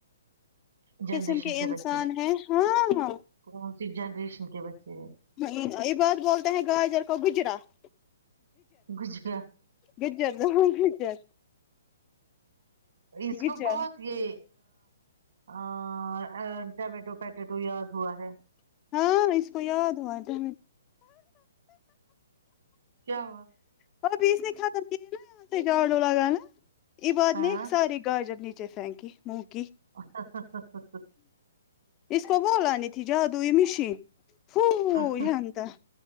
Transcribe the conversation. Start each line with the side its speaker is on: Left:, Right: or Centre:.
Right: جنریشن
Left: قسم کے انسان
Right: بچے
Left: ہیں ہاں ہاں
Right: کون جنریشن کے بچے ہیں
Left: نہیں یہ بات بولتے ہیں گاجر گ گجرات
Right: گج گ
Left: گجر گجر
Right: اس
Left: گجر
Right: کو بہت یہ ا ٹمیٹو پیٹیٹو یاد ہوا ہے
Left: ہاں اش کو د ہو
Right: کیا ہوا <unintelligible>
Left: پس نہیں ختم گاڈ لگان نا ع باد
Right: ہاں
Left: نہیں سار گاجر نیچ جچ فنکی ہ
Right: <inaudible>
Left: اس کو بولانی تھی جادوئی مشین پو
Right: اہ،
Left: ج تھاہ